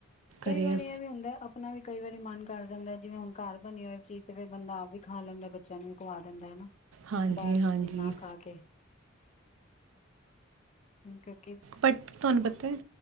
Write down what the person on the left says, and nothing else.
ਕਈ
ਵਾਰੀ ਇਹ ਵੀ ਹੁੰਦਾ ਆਪਣਾ ਵੀ ਕਈ ਵਾਰੀ ਮਨ ਕਰ ਜਾਂਦਾ ਹੈ ਜਿਵੇਂ ਹੁਣ ਘਰ ਬਣੀ ਹੋਏ ਚੀਜ਼ ਤੇ ਫਿਰ ਬੰਦਾ ਆਪ ਵੀ ਖਾ ਲੈਂਦਾ ਬੱਚਿਆਂ ਨੂੰ ਵੀ ਖਵਾ ਦਿੰਦਾ ਹਨਾ
ਬਾਹਰ
ਦੀ ਚੀਜ਼ ਨਾ ਖਾ ਕੇ ਠੀਕ